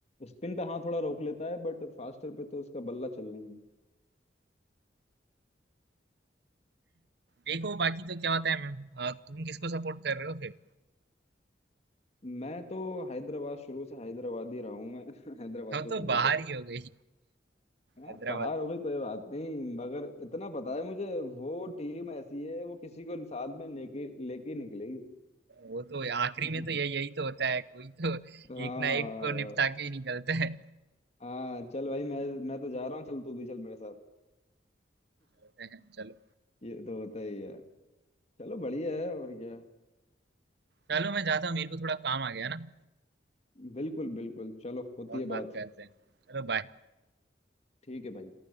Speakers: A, on the left; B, on the right.
A: स्पिन पे हाँ थोड़ा रोक लेता है बट फास्टर पे तो उसका बल्ला चल नहीं
B: देखो बाकी तो क्या होता है मैम अ, तुम किसको सपोर्ट कर रहे हो फिर
A: मैं तो हैदराबाद शुरू से हैदराबाद ही रहा हूँ मैं <laughs> हैदराबाद
B: हम
A: को सपोर्टर
B: तो बाहर ही हो गई
A: हाँ
B: हैदराबाद
A: बाहर हो गई कोई बात नहीं मगर इतना पता है मुझे वो टीम ऐसी है वो किसी को साथ में लेके लेके निकलेगी
B: वो तो आखिरी
A: <laughs>
B: में तो यही यही तो होता है कोई तो
A: हाँ
B: एक ना एक को निपटा के ही निकलता है
A: हाँ चल भाई मैं मैं तो जा रहा हूँ चल तू भी चल मेरे साथ <laughs>
B: चलते हैं चलो
A: ये तो होता ही है चलो बढ़िया है और क्या
B: चलो मैं जाता हूँ मेरे को थोड़ा काम आ गया ना
A: बिल्कुल बिल्कुल चलो होती
B: और
A: है
B: बात
A: बात
B: करते हैं चलो बाय
A: ठीक है भाई